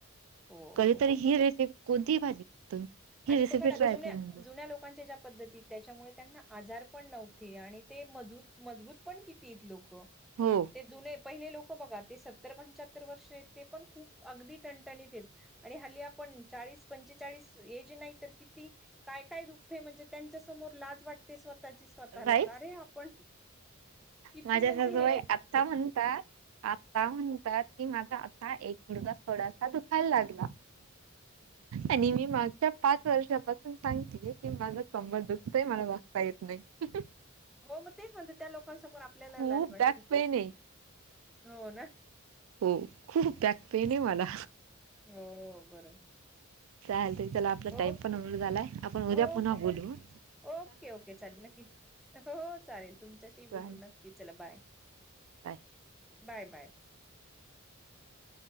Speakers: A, in the centre; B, on the right.
A: हो
B: कधीतरी हि रेसिपी... कोणतीही भाजी तुम्ही ही
A: आणि
B: रेसिपी
A: पघा ना
B: ट्राय
A: जुन्या...
B: करून बघा
A: जुन्या... लोकांच्या ज्या पद्धतीत... त्याच्यामुळे, त्यांना आजार पण नव्हते... आणि ते मजूत... मजबूत पण कितीत लोकं
B: हो
A: ते जुने... पहिले लोकं बघा... ते सत्तर पंच्याहत्तर वर्ष हेत... ते पण खूप अगदी टणटणीत हेत आणि हल्ली आपण चाळीस पंचेचाळीस एज नाही तर किती... काय काय दुखतंय... म्हणजे त्यांच्या समोर लाज वाट ते स्वतःची... स्वतःला....
B: राईस
A: का रे आपण किती
B: माझ्या
A: म्हणजे
B: सासूबाई
A: हे
B: आत्ता म्हणतात... आत्ता म्हणतात... की माझा आता.. एक गुढगा थोडासा दुखायला लागला आणि मी मागच्या पाच वर्षापासून सांगतेय... की माझं कंबर दुखतंय.. मला बसता येत नाई नाई... हू हू
A: हो मग तेच म्हणते... त्या लोकांसमोर... आपल्याला
B: खूप
A: लाज वाटते...
B: बॅक पेन आहे
A: हो ना
B: हो... खूप बॅकपेन ए मला
A: हो बरोबर
B: चालतंय... चला आपला टाइम
A: ओके
B: पण होल्ड झालाय... आपण उद्या
A: ओके
B: पुन्हा बोलू हं
A: ओके ओके... चालेल... नक्की... हो चालेल... तुमच्याशी
B: चालेल
A: बोलून न क्की... चला बाय..
B: बाय
A: बाय बाय